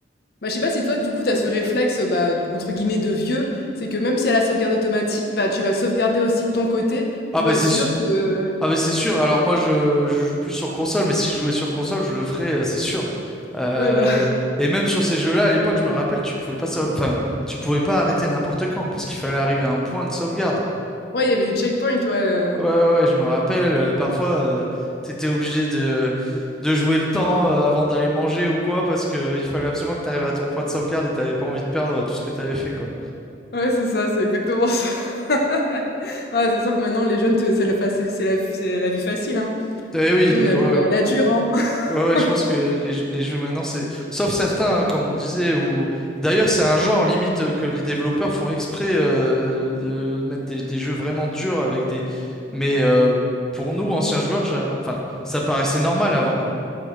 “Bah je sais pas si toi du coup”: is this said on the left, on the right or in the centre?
Left